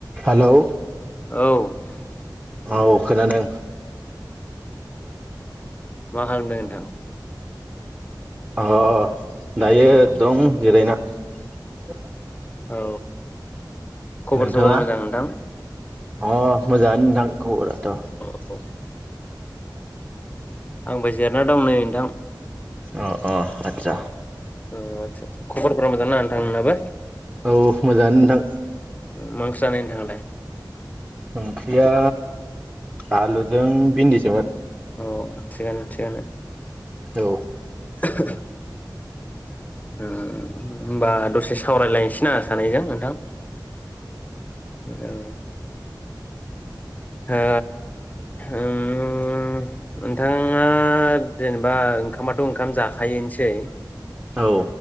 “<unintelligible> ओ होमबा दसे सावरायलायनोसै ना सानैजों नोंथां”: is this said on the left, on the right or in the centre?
Left